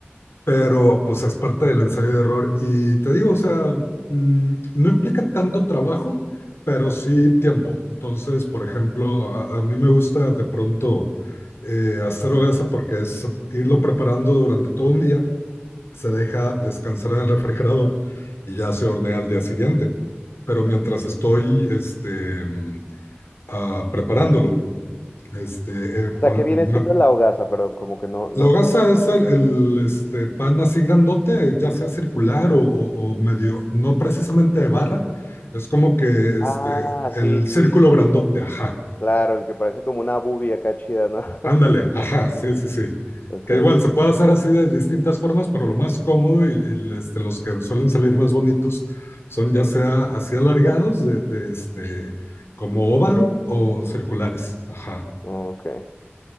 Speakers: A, on the left (about 75°); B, on the left (about 45°).
A: pero pues es parte del ensayo de error. Y te digo, o sea, mm, no implica tanto trabajo, pero sí tiempo. Entonces, por ejemplo, a, a mí me gusta de pronto eh, hacer hogaza porque es irlo preparando durante todo un día, se deja descansar en el refrigerador y ya se hornea al día siguiente. Pero mientras estoy este, mm, ah, preparándolo, este, eh, pon-
B: O sea, ¿qué viene
A: me,
B: siendo la hogaza? Perdón, como que no, no.
A: la hogaza
B: te-
A: es el, el, este, pan así grandote, ya sea circular o, o- o medio, no precisamente de barra, es como que
B: Ah,
A: este,
B: sí,
A: el
B: sí,
A: círculo grandote, ajá,
B: claro, el que parece como una bubi acá chida, ¿no? <laughs>
A: ándale, ajá, sí, sí, sí,
B: Ok,
A: que igual se puede hacer así de distintas formas, pero lo más cómodo y, y, este, los que suelen salir más bonitos son ya sea así alargados, de, de, este, como óvalo o circulares, ajá.
B: ok.